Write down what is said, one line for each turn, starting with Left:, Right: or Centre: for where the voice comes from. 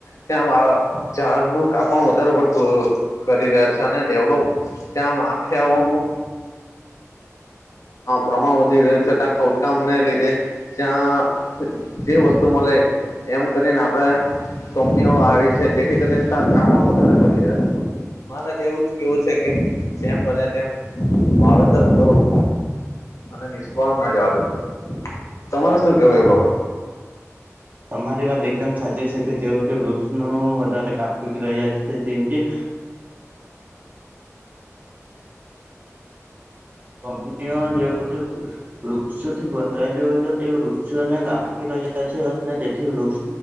Left: ત્યાં ઝાડનું કાપણ વધારે પડતું હ કરી રહ્યા છે અને ડેવડો ત્યાં માફિયાઓનું પ્રમાણ વધી રહ્યું છે ત્યા ખોટકામને લીધે, ત્યાં જે વસ્તુ મળે, એમ કરીને આપણે તે ઓ આવી છે જેથી કરીને ત કામ વધારે કરી રહ્યા છે. મારે તો એવું જ કેવું છે કે જેમ બને તેમ વાવેતર કરું. અને નિષ્ફળ ના જવા દો તમારે શું કેવાય એ બાબત.?
Right: તમારી વાત એકદમ સાચી છે કે જેવ વૃક્ષ નુ વધારે કાપી રહ્યા છે તેમ કે, <inaudible> કપનીઓ જેઓ <inaudible> વૃક્ષોથી ભરાયેલી હોય તો તે વૃક્ષોને કાપી રહ્યા છે. અને તેથી વૃક્ષ